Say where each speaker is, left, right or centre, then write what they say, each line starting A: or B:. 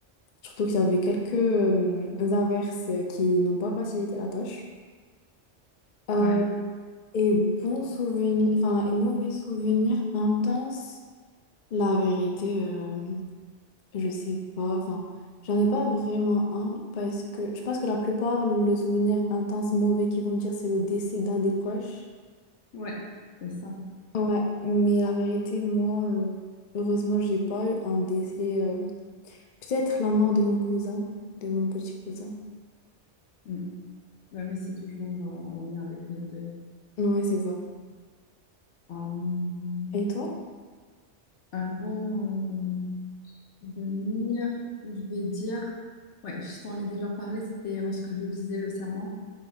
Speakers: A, on the left; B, on the left.
A: Surtout qu'il y avait quelques euh, averses qui n'ont pas facilité la tâche. Euh,
B: ouais,
A: et bons souvenirs, enfin, et mauvais souvenirs intenses. La vérité, euh, je sais pas. Enfin, j'en ai pas vraiment un parce que je pense que la plupart, le souvenir intense mauvais qu'ils vont me dire, c'est le décès d'un des proches.
B: ouais, c'est ça.
A: Ouais, mais la vérité, moi, euh, heureusement, j'ai pas eu un décès. euh, peut-être la mort de mon cousin, de mon petit cousin.
B: Mm. Ben oui, c'est toujours euh, en lien avec le deuil.
A: Ouais, c'est ça.
B: Euh,
A: Et toi?
B: un bon euh, souvenir, je vais dire, ouais, je t'en ai déjà parlé, c'était lorsque je disais le serment,